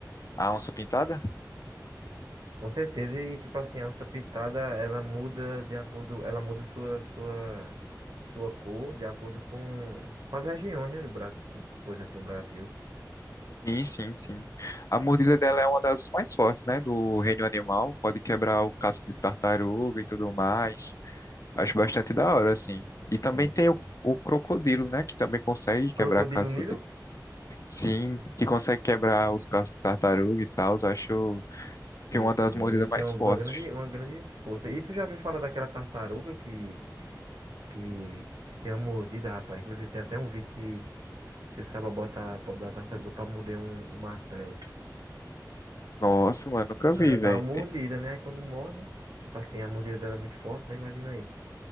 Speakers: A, on the left (about 45°); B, on the right (about 70°).
A: A onça pintada?
B: com certeza. E tipo assim, a onça pitada, ela muda de acordo, ela muda sua sua sua cor de acordo com, com as regiões, né, do Brasil, por exemplo, no Brasil.
A: Sim, sim, sim. A mordida dela é uma das mais fortes, né? Do reino animal. Pode quebrar o casco de tartaruga e tudo mais. Acho bastante da hora, assim. E
B: Sim,
A: também tem
B: sim.
A: o, o crocodilo, né? Que também consegue quebrar
B: Crocodilo
A: casco
B: Nilo?
A: de. Sim, que consegue quebrar os cascos de tartaruga e tal. Acho que
B: Sim,
A: é uma
B: sim.
A: das mordidas
B: Ele
A: mais
B: tem uma,
A: fortes.
B: uma grande uma grande força. E tu já viu falar daquela tartaruga que que que tem uma mordida, rapaz? Inclusive tem até um vídeo que que os cabas botam a pobre da tartaruga pra morder um, um martelo.
A: Nossa, mano, nunca
B: A
A: vi,
B: Ela dá
A: velho.
B: uma mordida, né? Aí quando morde, tipo assim, a mordida dela é muito forte, né? Imagina aí.